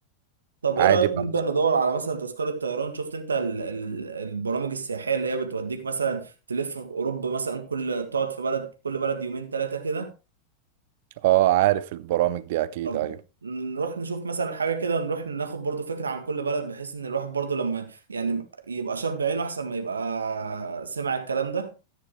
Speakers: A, on the right; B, on the right.
A: طب
B: عادي
A: ايه رأيك
B: بقى
A: نبدأ ندور على مثلا تذكرة طيران شفت انت ال ال البرامج السياحية اللي هي بتوديك مثلا تلف في اوروبا مثلا كل تقعد في بلد كل بلد يومين ثلاثة كده
B: اه عارف البرامج دي اكيد
A: طب
B: ايوه
A: نروح نشوف مثلا حاجة كده نروح ناخد برضو فكرة عن كل بلد بحيث ان الواحد برضو لما يعني يبقى شاب عينه احسن ما يبقى سمع الكلام ده